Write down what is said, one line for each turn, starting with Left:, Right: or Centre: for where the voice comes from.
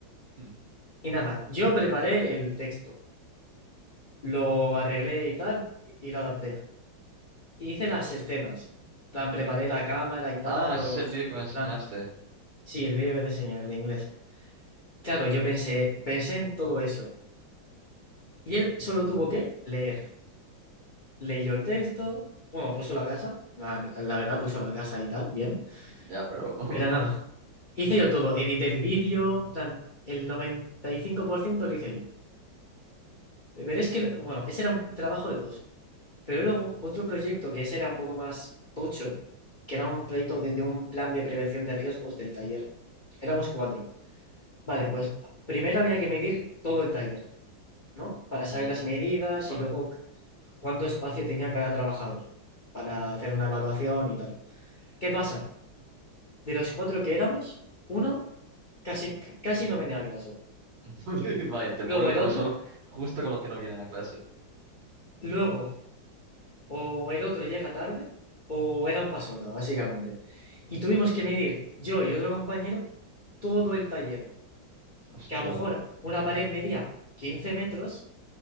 Right: Mm.
Left: y nada, yo preparé el texto, lo arreglé y tal, y lo adapté. Y hice las escenas, plan, preparé la cámara y tal,
Right: Ah,
Left: los,
Right: ese es el vídeo que me
Left: los
Right: enseñaste.
Left: planos. Sí, el vídeo que te enseñé, el de inglés. Claro, yo pensé, pensé en todo eso. Y él solo tuvo que leer. leyó el texto, bueno, puso la casa, la, la verdad puso la casa y tal, bien,
Right: Ya, pero... <laughs>
Left: pero nada, hice yo todo, edité el vídeo, en plan, el 95% lo hice yo. Pero es que, bueno, ese era un trabajo
Right: Mm.
Left: de dos, pero luego otro proyecto que ese era un poco más tocho, que era un proyecto de, de un plan de prevención de riesgos del taller, éramos cuatro. Vale, pues primero había que medir todo el taller, ¿no? Para saber
Right: Ujú.
Left: las medidas
Right: Vale.
Left: y luego cuánto espacio tenía cada trabajador para hacer una evaluación y tal. ¿Qué pasa? De los cuatro que éramos, uno casi, casi no venía a clase.
Right: <laughs> Vaya, te
Left: Luego
Right: pone el
Left: el
Right: profesor
Left: otro,
Right: justo con los que no vienen a clase.
Left: luego o el otro llega tarde o era un pasota, básicamente. Y tuvimos que medir, yo y otro compañero, todo el taller,
Right: Hostia
Left: que a lo mejor
Right: puta.
Left: una pared medía 15 metros